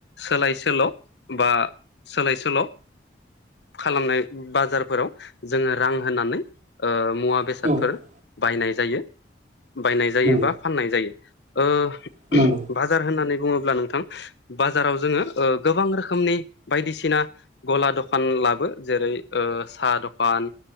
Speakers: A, on the left; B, on the right.
A: सोलाय सोल' बा सोलाय सोल' खालामनाय बाजारफोराव जोङो रां होननानै ओ मुवा
B: औ
A: बेसादफोर बायनाय जायो बायनाय जायो
B: औ
A: बा फाननाय जायो ओ
B: औ नंगौ
A: बाजार होननानै बुङोब्ला नोंथां बाजाराव जोङो ओ गोबां रोखो खोमनि बायदिसिना गला दखान लाबो जेरै ओ साहा दखान